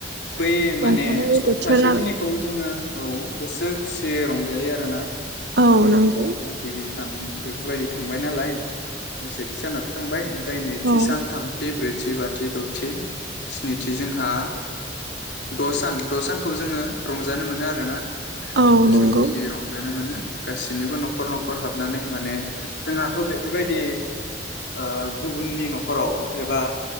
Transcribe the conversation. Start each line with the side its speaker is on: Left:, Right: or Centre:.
Left: बै माने
Right: रंजानाय
Left: सप्तासे
Right: बोथोरा
Left: खिनिखौ जोङो। औ गोसो खुसियै रंजायो आरो ना।
Right: औ
Left: माने
Right: नंगौ
Left: जोङाथ' गिबि उम बेफोरबायदि थांबाय नालाय। सेथि सानाथ' थांबाय ओमफ्राय नैथि
Right: औ
Left: सान थामथि ब्रै थि बाथि द'थि स्निथि जोंहा द' सान द' सानखौ जोङो रंजानो मोनो आरो ना।
Right: औ
Left: गोसो
Right: नंगौ
Left: खुसियै रंजानो मोनो। गासैनिबो न' खर न'खर हाबनानै माने जोंहा थ' बेफोरबायदि ओ गुबुननि न'खराव एबा